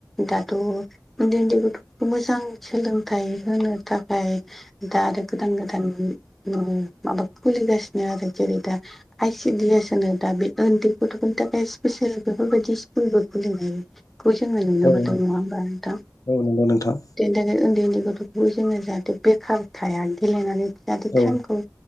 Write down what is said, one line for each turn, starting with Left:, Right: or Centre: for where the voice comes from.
Centre: दाथ' उन्दै उन्दै गथ'फोरखौ मोजां सोलोंथाइ होनो थाखाय दा आरो गोदान गोदान ओ माबा खुलिगासिनो आरो जेरै दा आइ सिडि एस होनो दा बे उन्दै गथ'फोरनि थाखाय स्पिसियेल बेफोरबायदि स्कुलबो खुलिनाय खौ जोङो नुनो
Left: औ
Centre: मोनदों नङा होमबा नोंथां
Left: औ नंगौ नोंथां
Centre: बेनि थाखाय उन्दै उन्दै गथ'खौबो जोङो जाहाथे बेखार थाया गेलेनानै जाहाथे
Left: औ
Centre: टाइमखौ